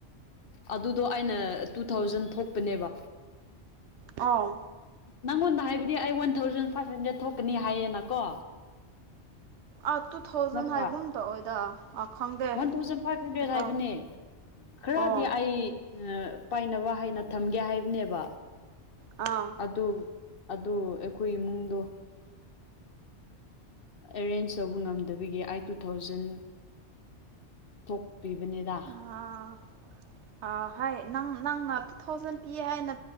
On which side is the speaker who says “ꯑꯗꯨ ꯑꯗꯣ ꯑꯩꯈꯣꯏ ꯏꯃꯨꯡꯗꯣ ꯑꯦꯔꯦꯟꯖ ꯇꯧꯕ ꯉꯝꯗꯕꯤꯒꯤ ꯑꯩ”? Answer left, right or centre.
Left